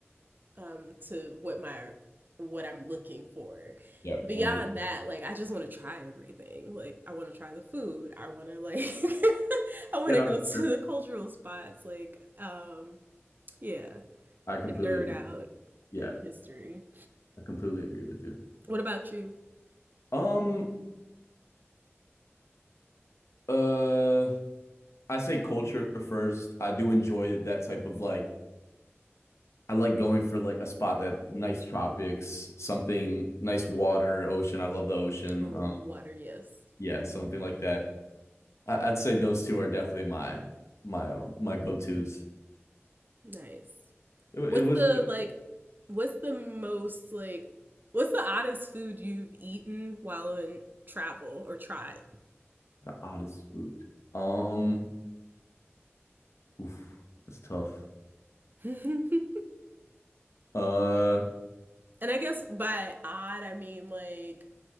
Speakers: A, on the right; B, on the left.
A: um, to what my what I'm looking for.
B: Yeah.
A: Beyond
B: Ambitious.
A: that, like I just want to try everything. Like I want to try the food. I want to like <laughs> I want
B: Yeah,
A: to
B: no,
A: go
B: that's
A: to
B: fair.
A: the cultural spots. Like um, yeah,
B: I completely
A: and nerd
B: agree.
A: out
B: Yeah.
A: in history.
B: I completely agree with you.
A: What about you?
B: Um, uh, I say culture first. I do enjoy that type of like I like going for like a spot that nice tropics, something nice water, ocean. I love the ocean.
A: Ooh,
B: Um,
A: water, yes.
B: yeah, something like that. I, I'd say those two are definitely my my um, my go-tos.
A: Nice.
B: It, it
A: What's
B: was
A: the like what's the most like what's the oddest food you've eaten while in travel or tried?
B: the oddest food. Um, oof, that's tough.
A: <laughs> and
B: Uh,
A: I guess by odd I mean like